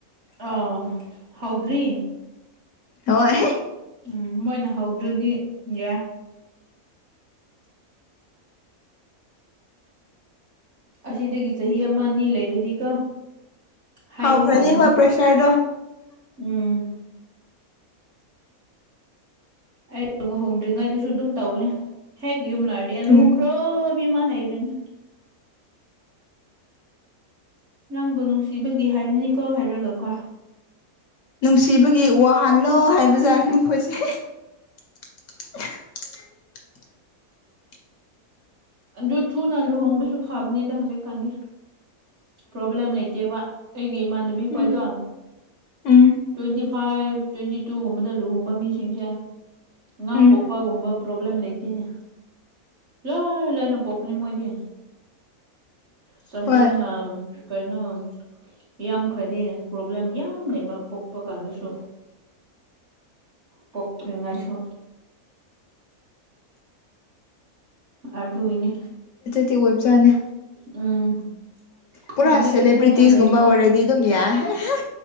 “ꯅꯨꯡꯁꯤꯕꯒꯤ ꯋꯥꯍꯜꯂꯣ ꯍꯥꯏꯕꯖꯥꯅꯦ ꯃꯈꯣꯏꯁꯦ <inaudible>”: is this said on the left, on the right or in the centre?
Left